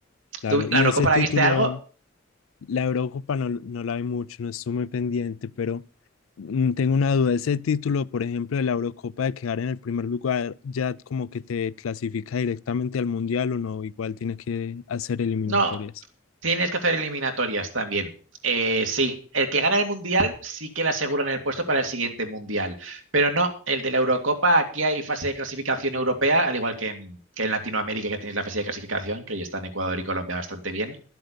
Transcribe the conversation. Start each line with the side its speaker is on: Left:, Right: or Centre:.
Left: Claro,
Right: ¿Tú
Left: y
Right: la Eurocopa
Left: ese título,
Right: la viste algo?
Left: la Eurocopa no, no la vi mucho, no estuve muy pendiente, pero mm, tengo una duda. Ese título, por ejemplo, de la Eurocopa de quedar en el primer lugar, ya como que te clasifica directamente al Mundial o no, igual tiene que hacer eliminatorias.
Right: No, Tienes que hacer eliminatorias también. Eh, sí, el que gana el mundial sí que le aseguran el puesto para el siguiente mundial, pero no, el de la Eurocopa, aquí hay fase de clasificación europea, al igual que en, que en Latinoamérica que tenéis la fase de clasificación, que ya están Ecuador y Colombia bastante bien,